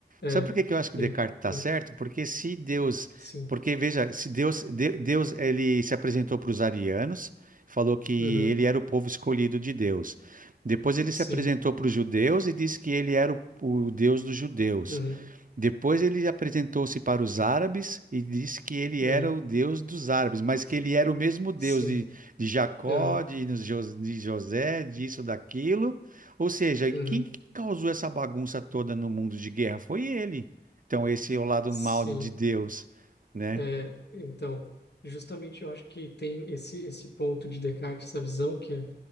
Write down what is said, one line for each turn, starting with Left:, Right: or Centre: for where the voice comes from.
Left: é,
Right: Sabe por que que eu acho que
Left: ele,
Right: Descartes está
Left: hum,
Right: certo? Porque se Deus,
Left: sim,
Right: porque veja, se Deus, De- Deus ele se apresentou para os arianos, falou que
Left: uhum,
Right: ele era o povo escolhido de Deus. Depois ele
Left: sim.
Right: se apresentou para os judeus e disse que ele era o, o Deus dos judeus.
Left: uhum.
Right: Depois ele apresentou-se para os árabes e disse que ele
Left: Uhum,
Right: era o Deus dos árabes, mas que ele era o mesmo Deus
Left: sim,
Right: de, de Jacó,
Left: aham,
Right: de, Jo- de José, disso, daquilo. Ou seja,
Left: uhum,
Right: quem que causou essa bagunça toda no mundo de guerra foi ele. Então, esse é o lado
Left: sim.
Right: mal de Deus, né?
Left: É, então, justamente eu acho que tem esse, esse ponto de Descartes, essa visão que é